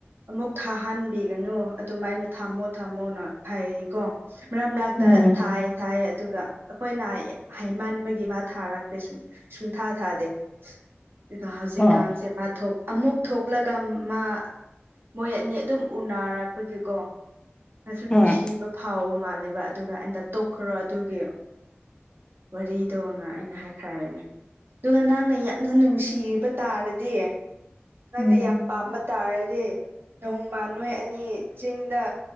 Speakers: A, on the right (about 55°); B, on the left (about 20°).
A: ꯑꯃꯨꯛ ꯊꯥꯍꯟꯕꯤꯒꯅꯨ ꯑꯗꯨꯃꯥꯏꯅ ꯊꯝꯃꯣ ꯊꯝꯃꯣꯅ ꯍꯥꯏꯌꯦꯌꯦꯀꯣ ꯃꯔꯛ ꯃꯔꯛꯇ
B: ꯎꯝ
A: ꯊꯥꯏ ꯊꯥꯏ ꯑꯗꯨꯒ ꯑꯈꯣꯏꯅ ꯍꯩ ꯍꯥꯏꯃꯟꯕꯒꯤ ꯃꯥ ꯊꯥꯔꯛꯇꯦ ꯁꯨꯝ ꯁꯨꯡ ꯊꯥ ꯊꯥꯗꯦ ꯑꯗꯨꯒ ꯍꯧꯖꯤꯛꯀꯥꯟꯁꯦ
B: ꯍꯣꯏ
A: ꯃꯥ ꯊꯣꯛ ꯑꯃꯨꯛ ꯊꯣꯛꯂꯒ ꯃꯥ ꯃꯣꯏ ꯑꯅꯤ ꯑꯗꯨꯝ ꯎꯅꯔꯛꯄꯒꯤꯀꯣ ꯃꯥꯁꯨ ꯅꯨꯡꯁꯤꯕ
B: ꯍꯣꯏ
A: ꯐꯥꯎꯕ ꯃꯥꯜꯂꯦꯕ ꯑꯗꯨꯒ ꯑꯩꯅ ꯇꯣꯛꯈ꯭ꯔꯣ ꯑꯗꯨꯒꯤ ꯋꯥꯔꯤꯗꯣꯅ ꯑꯩꯅ ꯍꯥꯏꯈ꯭ꯔꯕꯅꯤ ꯑꯗꯨꯒ ꯅꯪ ꯅꯪꯅ ꯌꯥꯝꯅ ꯅꯨꯡꯁꯤꯕ ꯇꯥꯔꯗꯤ ꯅꯪꯅ
B: ꯎꯝ
A: ꯌꯥꯝ ꯄꯥꯝꯕ ꯇꯥꯔꯗꯤ ꯅꯣꯡꯃ ꯅꯣꯏ ꯑꯅꯤ ꯆꯤꯡꯗ